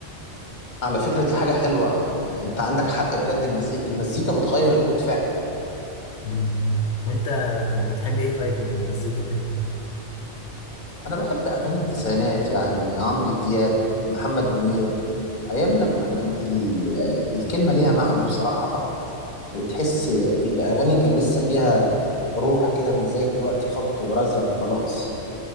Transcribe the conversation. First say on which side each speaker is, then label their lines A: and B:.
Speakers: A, on the left (about 40°); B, on the left (about 85°).
A: على فكرة دي حاجة حلوة آه، أنت عندك حق بجد المزي- المزيكا بتغير المود فعلا
B: مم. وأنت آه، بتحب إيه طيب من المزيكا وكده؟
A: أنا بحب أغاني التسعينات يعني عمرو دياب محمد منير أيام لما كانت ال- الكلمة ليها معنى بصراحة و- وتحس الأغاني كان لسه فيها روح كده مش زي دلوقتي خبط ورزع وخلاص